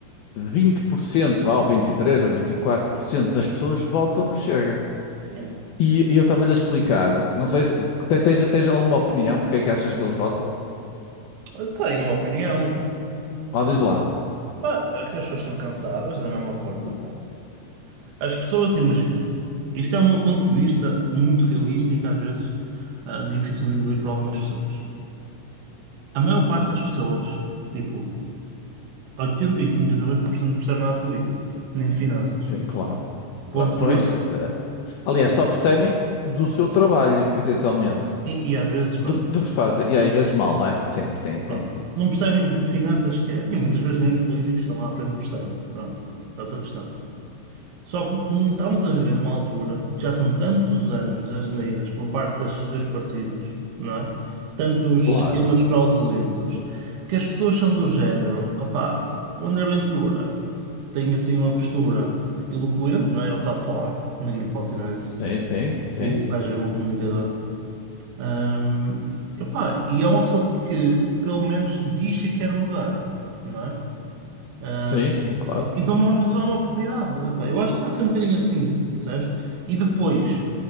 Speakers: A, on the left (about 75°); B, on the right (about 80°).
A: 20%, vá, ou 23% ou 24% das pessoas votam no Chega.
B: Hum.
A: E, e eu estava-lhe a explicar, não sei se te- tens, tens alguma opinião porque é que achas que eles votam?
B: Eu tenho uma opinião.
A: Lá diz lá.
B: Pá, é que as pessoas estão cansadas da mesma coisa. pá. As pessoas, imagino. Isto é o meu ponto de vista muito realista e que às vezes ah, difícil de engolir para algumas pessoas. A maior parte das pessoas, tipo 85 a noventa por cento não percebe nada de política, nem de finanças.
A: Sim, claro.
B: Ponto
A: Ah, Pois,
B: final.
A: eh, aliás, só percebem do seu trabalho, essencialmente.
B: E, e às vezes, pronto,
A: Do, do que fazem. E às vezes mal, não é? <laughs> Sim, sim, sim,
B: pronto.
A: sim.
B: Não percebem de finanças sequer. E muitas vezes nem os políticos que estão lá à frente percebem. Pronto. É outra questão. Só que hum, estamos a viver numa altura que já são tantos anos de asneiras por parte destes dois partidos, não é? Tantos
A: Claro.
B: esquemas fraudulentos, que as pessoas são do género, opá, o André Ventura tem assim uma postura eloquente, não é? Ele sabe falar, ninguém lhe pode tirar isso.
A: Sim, sim, sim.
B: O, o gajo é bom comunicador. Hum, epá, e é uma pessoa que pelo menos diz que quer mudar, não é? Hum,
A: Sim, sim, claro.
B: então vamos dar uma oportunidade. Epá, eu acho que está a ser um bocadinho assim, percebes? E depois,